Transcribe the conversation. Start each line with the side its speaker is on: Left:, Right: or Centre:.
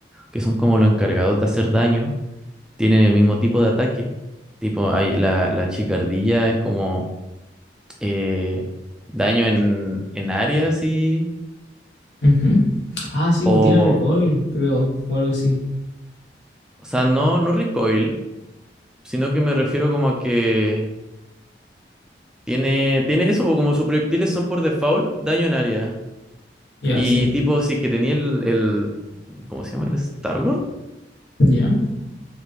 Centre: que son como los encargados de hacer daño, tienen el mismo tipo de ataque. Tipo, hay, la, la chicardilla es como eh, daño en, en área, así,
Left: ujú. Ah, sí,
Centre: o,
Left: pues tiene recoil, creo, o algo así.
Centre: o sea, no, no recoil, sino que me refiero como a que tiene, tiene eso, po, como sus proyectiles son por default daño en área.
Left: Ya,
Centre: Y
Left: sí.
Centre: tipo, sí que tenía el, el ¿cómo se llama? ¿El Star
Left: Ya.